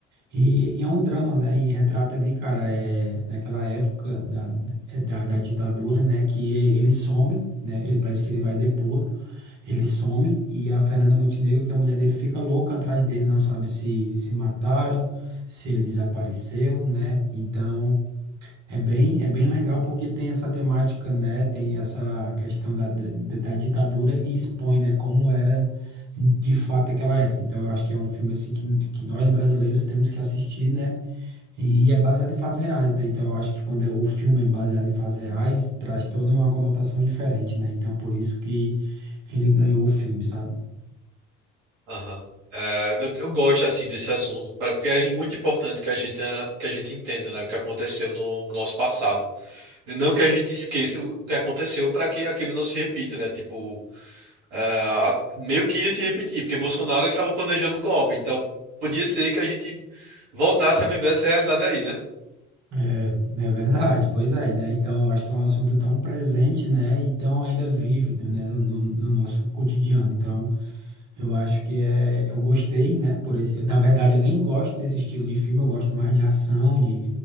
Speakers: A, on the right; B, on the right.
A: E, e é um drama, né? E retrata ali, cara, é, naquela época da, é da, da ditadura, né? Que ele some, né? Ele parece que ele vai depor ele some e a Fernanda Montenegro, que é a mulher dele, fica louca atrás dele, não sabe se se mataram, se ele desapareceu, né? Então. É bem, é bem legal porque tem essa temática, né? Tem essa questão da, da, da ditadura e expõe, né? Como era de fato aquela época. Então eu acho que é um filme assim que, que nós brasileiros temos que assistir, né? E é baseado em fatos reais, né? Então eu acho que quando é- o filme é baseado em fatos reais, traz toda uma conotação diferente, né? Então por isso que ele ganhou o filme, sabe?
B: Aham. É, eu, eu gosto assim desse assunto, pra- porque é muito importante que a gente, eh, que a gente entenda, né, o que aconteceu no nosso passado. E não que a gente esqueça o o que aconteceu para que aquilo não se repita, né? Tipo, ah, meio que ia se repetir, porque Bolsonaro ele estava planejando um golpe, então podia ser que a gente voltasse a viver essa realidade aí, né?
A: É, é verdade, pois é, né? Então eu acho que é um assunto tão presente, né? E tão ainda vívido, né? No, no- no nosso cotidiano. Então eu acho que é, eu gostei, né? Por esse, na verdade eu nem gosto desse estilo de filme, eu gosto mais de ação, de,